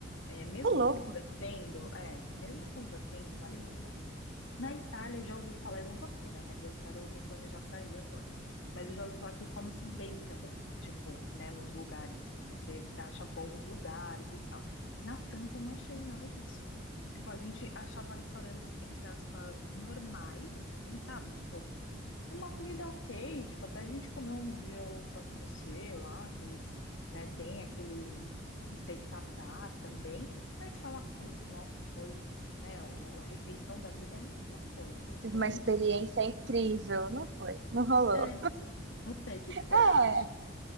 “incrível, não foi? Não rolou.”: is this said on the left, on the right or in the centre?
Right